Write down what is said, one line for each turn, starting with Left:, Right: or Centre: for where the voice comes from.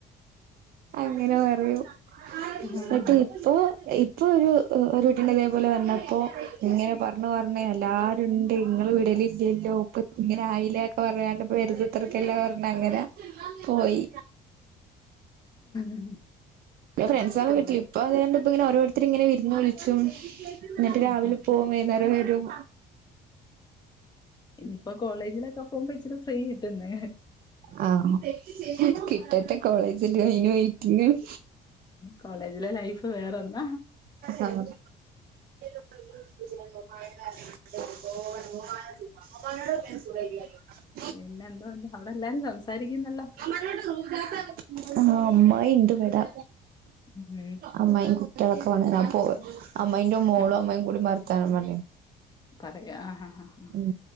Right: അങ്ങനെ പറയും ആഹ്
Left: ഉം <unintelligible>
Right: ട്ട് ഇപ്പൊ ഇപ്പൊ ഒരു ഒരു കുട്ടിന്റെ ഇതേപോലെ വന്നപ്പോ ഇങ്ങനെ പറഞ്ഞു പറഞ്ഞ് എല്ലാ ഇണ്ടേ ഇങ്ങള് വിടലില്ലല്ലോ പ്പ ഇങ്ങനെ ആയില്ലേക്കെ പറഞ്ഞാണ്ട് ഇപ്പ വെറുതെത്രിക്കല്ലേ പറഞ് അങ്ങനെ പോയി
Left: ആ
Right: ഫ്രണ്ട്സാളെ
Left: ഇപ്പൊ കോളേ
Right: വീട്ടില് ഇപ്പൊ അത് കണ്ടപ്പോ ഇങ്ങനെ ഓരോരുത്തർ ഇങ്ങനെ വിരുന്നു വുളിച്ചും എന്നിട്ട് രാവിലെ
Left: ആഹാ
Right: വൈന്നാരം വരും
Left: ഞ് ഇപ്പോ കോളേജിലൊക്കെ പോകുമ്പോ ഇച്ചിരി ഫ്രീ കിട്ടുന്നെ
Right: ആഹ് കിട്ടട്ടെ കോളേജില് അയിന് വെയിറ്റിങ് ആണ്.
Left: കോളേജിലെ ലൈഫ് വേറൊന്നാ
Right: ആഹ് <inaudible> <unintelligible>
Left: പിന്നെ എന്തോണ്ട് അവിടെ എല്ലാരും സംസാരിക്കുന്നല്ലോ
Right: <unintelligible> ആ അമ്മായി ഇണ്ട് വടെ
Left: ഉം
Right: അമ്മായീം കുട്ട്യാളൊക്ക ഇപ്പൊ വന്നിന് അപ്പൊ അമ്മായിന്റെ മോളും
Left: ഉം
Right: അമ്മായീം കൂടി വർത്താനം പറയാ
Left: പറയാ ആഹാ ഹാ ഹാ
Right: ഉം